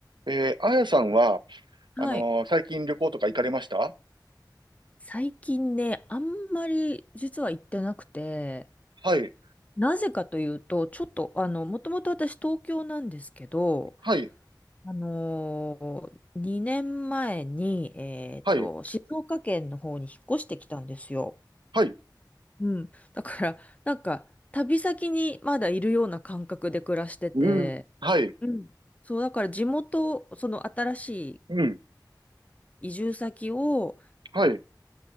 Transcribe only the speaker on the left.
はい。
最近ね、あんまり実は行ってなくて、
なぜかというと、ちょっと、あの、もともと私東京なんですけど、
あのー、2年前に、えっと、
静岡県の方に引っ越してきたんですよ。
うん。だから、なんか、旅先にまだいるような感覚で暮らしてて、
うん。そう、だから地元、その新しい、
移住先を